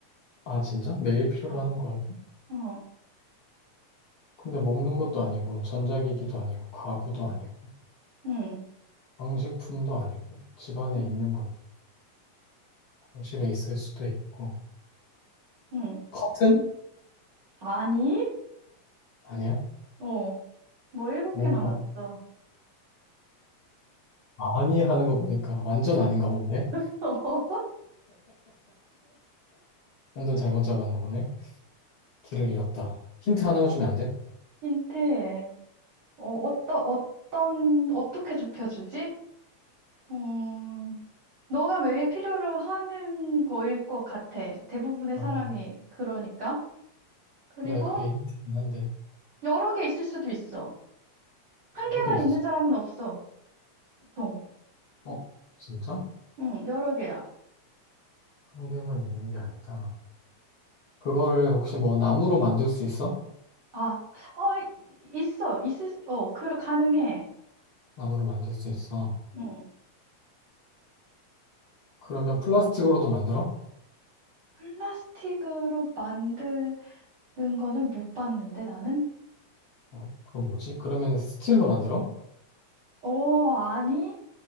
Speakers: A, on the left (about 75°); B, on the right (about 80°).
A: 아, 진짜? 매일 필요로
B: 어.
A: 하는 거야.
B: 응,
A: 근데 먹는 것도 아니고, 전자기기도 아니고, 가구도 아니고,
B: 응,
A: 장식품도 아니고, 집 안에
B: 응,
A: 있는 건 거실에 있을 수도 있고.
B: 응.
A: 커튼?
B: 아니?
A: 아니야?
B: 어, 너 일곱
A: 뭔가
B: 개 남았어.
A: 아니 하는 거 보니까 완전 아닌가 보네.
B: <laughs>
A: 완전 잘못 잡았나 보네. 길을 잃었다. 힌트 하나만 주면 안 돼?
B: 힌트. 어, 어떤, 어떤, 어떻게 좁혀주지? 음... 너가 매일 필요로 하는 거일 것 같아. 대부분의
A: 아,
B: 사람이 그러니까. 그리고
A: 그래, 그게 힌트긴 한데.
B: 여러 개 있을 수도 있어. 한
A: 여러
B: 개만
A: 개 있을
B: 있는
A: 수.
B: 사람은 없어. 보통.
A: 어, 진짜?
B: 응, 여러 개야.
A: 한 개만 있는 게 아니다. 그거를 혹시 뭐 나무로 만들 수 있어?
B: 아, 어, 이- 있어. 있을 수, 어, 그, 가능해.
A: 나무로 만들 수 있어.
B: 응.
A: 그러면 플라스틱으로도 만들어?
B: 플라스틱으로 만드는 거는 못 봤는데, 나는?
A: 어, 그럼 뭐지? 그러면 스틸로 만들어?
B: 어, 아니?